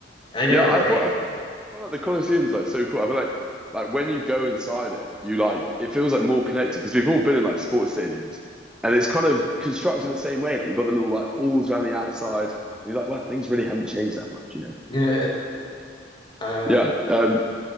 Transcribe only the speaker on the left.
I know,
right?
<laughs> Uh,